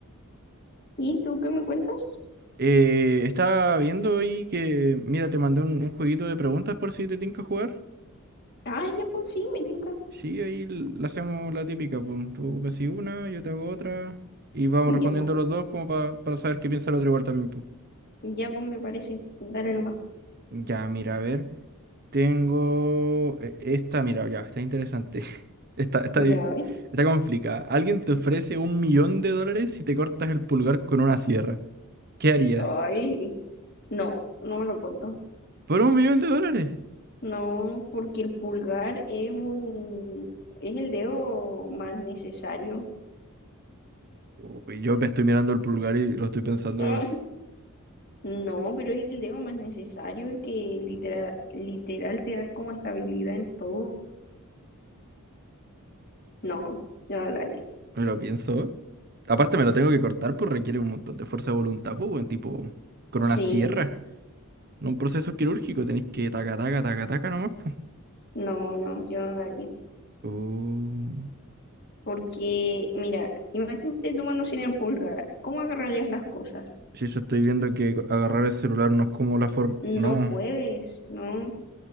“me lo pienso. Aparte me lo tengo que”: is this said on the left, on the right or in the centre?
Right